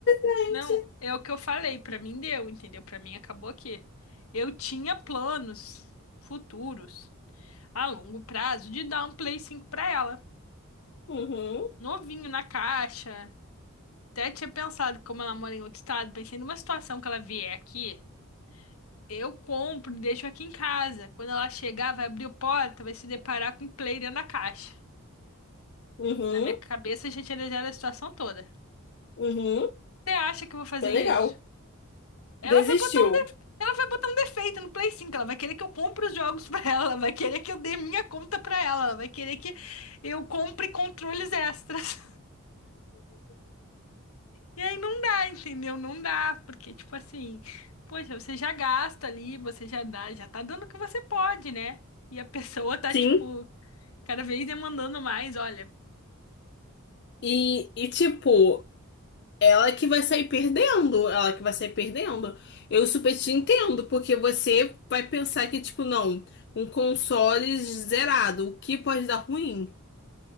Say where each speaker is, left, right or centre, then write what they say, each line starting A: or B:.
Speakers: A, on the left (about 55°); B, on the left (about 75°).
A: doente.
B: não, é o que eu falei, pra mim deu, entendeu? Pra mim acabou aqui. Eu tinha planos futuros a longo prazo de dar um Play cinco pra ela.
A: Uhum,
B: novinho na caixa. Até tinha pensado, como ela mora em outro estado, pensei numa situação que ela vier aqui, eu compro e deixo aqui em casa. Quando ela chegar, vai abrir a porta, vai se deparar com o play dentro da caixa.
A: uhum,
B: Na minha cabeça já tinha desenhado a situação toda.
A: uhum.
B: Você acha que eu vou fazer
A: É legal.
B: isso? Ela
A: Desistiu.
B: vai botar um de... ela vai botar um defeito no Play cinco. ela vai querer que eu compre os jogos <laughs> pra ela, ela vai querer que eu dê minha conta pra ela, ela vai querer que eu compre controles extras. E aí não dá, entendeu? Não dá, porque, tipo assim, poxa, você já gasta ali, você já dá, já tá dando o que você pode, né? E a <laughs> pessoa tá,
A: Sim,
B: tipo, cada vez demandando mais, olha.
A: e, e tipo, ela que vai sair perdendo, ela que vai sair perdendo. Eu super te entendo, porque você vai pensar que, tipo, não, um console zerado, o que pode dar ruim?